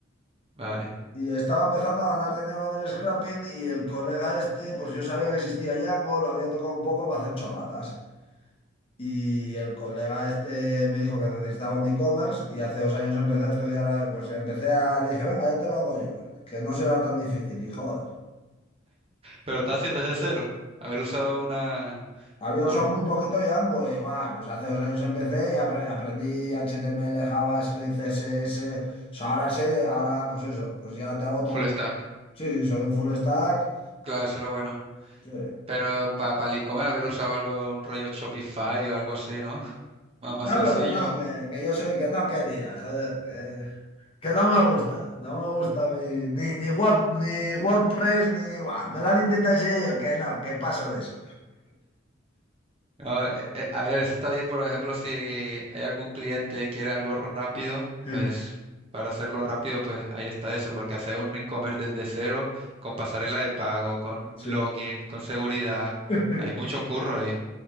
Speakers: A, on the right (about 30°); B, on the left (about 30°).
A: Vale.
B: Y estaba empezando a ganar dinero con el scrapping y el colega este, pues yo sabía que existía Django, lo había tocado un poco para hacer chorradas. Y el colega este me dijo que necesitaba un e-commerce y hace dos años empecé a estudiar, eh, pues empecé a, le dije, venga, ya te lo hago yo, que no será tan difícil y joder.
A: Pero estás haciendo desde cero. Haber usado una,
B: Había
A: un
B: usado muy poquito Django y va, pues hace dos años empecé y apre- aprendí HTML, JavaScript, CSS. O sea, ahora sé de, ahora pues eso, pues ya te hago todo.
A: full stack.
B: Sí, sí, soy un full stack.
A: Claro, eso es lo bueno.
B: sí.
A: Pero para pa el e-commerce haber usado algo, un rollo Shopify o algo así, ¿no? Más, más
B: Ya,
A: sencillo.
B: pero que no, que, que yo soy, que no quería, joder, que, que no me gusta, no me gusta mi- ni, ni web, ni WordPress, ni, buah, me lo han intentado enseñar y yo, que no, que paso de eso.
A: No, eh, eh, a ver, eso está bien, por ejemplo, si hay algún cliente que quiere algo rápido,
B: <laughs>
A: pues para hacerlo rápido, pues ahí está eso, porque hacer un e-commerce desde cero, con pasarela de pago, con
B: Sí.
A: login, con seguridad,
B: <laughs>
A: hay mucho curro ahí.